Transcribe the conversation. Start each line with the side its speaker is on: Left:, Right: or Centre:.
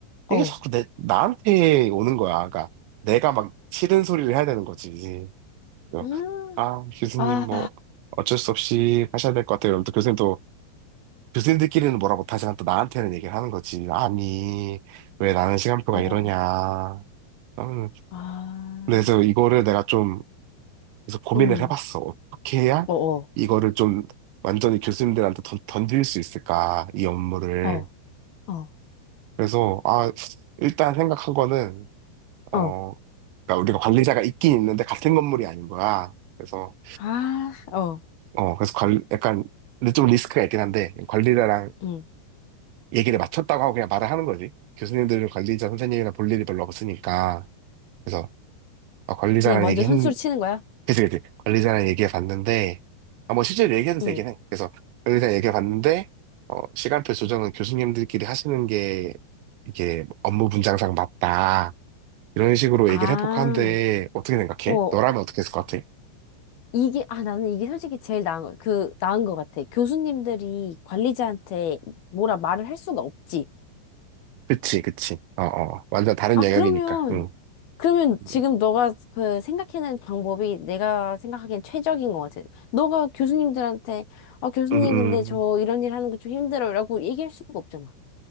Left: 어.
Right: 이게 자꾸 내, 나한테 오는 거야. 그러니까 내가 막 싫은 소리를 해야 되는 거지. 그래서
Left: 음,
Right: 아, 교수님
Left: 아,
Right: 뭐 어쩔 수 없이 하셔야 될 것 같아요. 이러면 또 교수님도 교수님들끼리는 뭐라 못하지만 또 나한테는 얘기를 하는 거지. 아니, 왜 나는 시간표가
Left: 어,
Right: 이러냐. 나는
Left: 아,
Right: 그래서 이거를 내가 좀 그래서 고민을
Left: 응,
Right: 해봤어. 어떻게 해야
Left: 어, 어,
Right: 이거를 좀 완전히 교수님들한테 던, 던질 수 있을까, 이 업무를.
Left: 어, 어,
Right: 그래서, 아, 일단 생각한 거는,
Left: 어,
Right: 어, 그러니까 우리가 관리자가 있긴 있는데 같은 건물이 아닌 거야. 그래서,
Left: 아, 어,
Right: 어, 그래서 관, 약간, 근데 좀 리스크가 있긴 한데, 관리자랑
Left: 응.
Right: 얘기를 맞췄다고 하고 그냥 말을 하는 거지. 교수님들은 관리자 선생님이랑 볼 일이 별로 없으니까. 그래서, 아, 관리자랑
Left: 그냥 먼저
Right: 얘기했,
Left: 선수를 치는 거야?
Right: 그치, 그치. 관리자랑 얘기해 봤는데, 아, 뭐 실제로 얘기해도 되긴
Left: 응.
Right: 해. 그래서 관리자랑 얘기해 봤는데, 어, 시간표 조정은 교수님들끼리 하시는 게 이게 업무 분장상 맞다. 이런 식으로
Left: 아,
Right: 얘기를 해볼까 한데, 어떻게 생각해?
Left: 어.
Right: 너라면 어떻게 했을 것 같아?
Left: 이게, 아, 나는 이게 솔직히 제일 나은, 거- 그, 나은 것 같아. 교수님들이 관리자한테 뭐라 말을 할 수가 없지.
Right: 그치, 그치. 어, 어. 완전 다른
Left: 아,
Right: 영역이니까.
Left: 그러면,
Right: 응.
Left: 그러면
Right: 응,
Left: 지금 너가 그 생각해낸 방법이 내가 생각하기엔 최적인 것 같아. 너가 교수님들한테, 아, 교수님,
Right: 응.
Left: 근데 저 이런 일 하는 거 좀 힘들어요. 라고 얘기할 수가 없잖아.